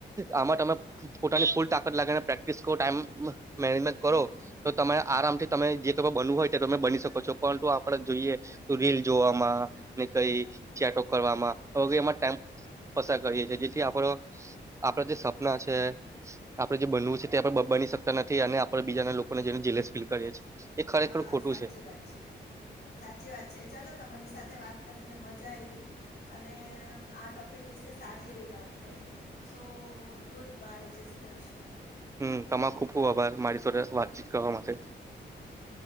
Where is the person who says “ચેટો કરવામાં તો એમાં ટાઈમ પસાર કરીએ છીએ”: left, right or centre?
Right